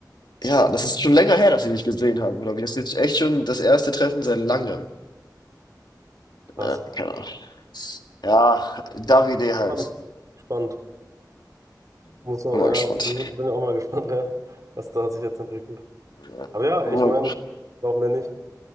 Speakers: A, on the left; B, on the right.
A: ja, das ist schon länger her, dass wir mich gesehen haben, glaube ich. Das ist jetzt echt schon das erste Treffen seit langem.
B: Krass.
A: Ja, keine Ahnung. Ja, Davide halt.
B: Spannend, spannend. Muss man,
A: Bin mal
B: ja,
A: gespannt.
B: bin, bin auch mal gespannt, ja, was da sich jetzt entwickelt.
A: Ja.
B: Aber ja,
A: Oh,
B: ich meine, warum denn nicht?